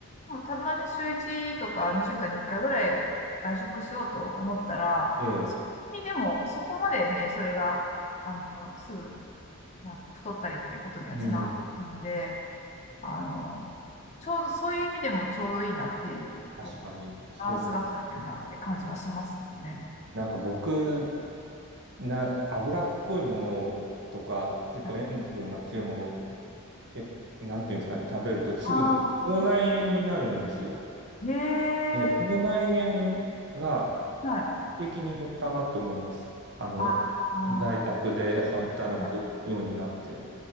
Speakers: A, on the left; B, on the right.
A: もうたまに週1とか2週間に1回ぐらい外食しようと思ったら、
B: ええ、
A: そこにでも、そこまでね、それが、あの、すぐ、なんか太ったりっていうことにはつながっているので、
B: うん。
A: あの、ちょうど、そういう意味でもちょうどいいなっていう、
B: 確かに、
A: こう、
B: そうですね。
A: バランスが取れてるなって感じはしますね。
B: なんか僕、な、脂っこいものとか、結構塩分が強いもの、
A: はい
B: け、なんていうんですかね、食べるとすぐ口内炎になるんですよ。
A: あえ
B: その口内炎が
A: えはい。
B: 劇的に減ったなと思います。あの、
A: ああ、
B: 在宅で働くようになって。
A: はい。